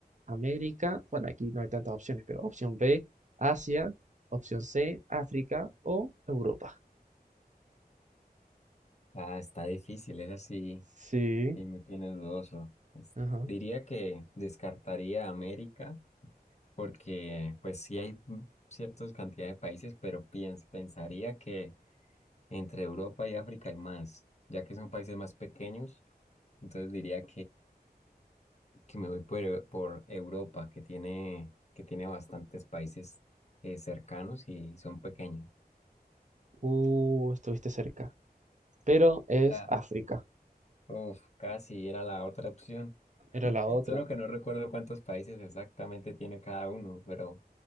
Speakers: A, on the right; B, on the left.
A: América. Bueno, aquí no hay tantas opciones, pero opción B, Asia. Opción C, África o Europa.
B: ah, está difícil, es así,
A: Sí.
B: sí sí me tiene dudoso. Es-
A: Ajá.
B: diría que descartaría América porque pues sí hay mm, ciertas cantidades de países, pero piens- pensaría que entre Europa y África hay más, ya que son países más pequeños, entonces diría que me voy por, por Europa, que tiene, que tiene bastantes países eh, cercanos y son pequeños.
A: Uh, estuviste cerca. pero es
B: Era,
A: África.
B: uf, casi era la otra opción.
A: Era la otra.
B: Solo que no recuerdo cuántos países exactamente tiene cada uno, pero,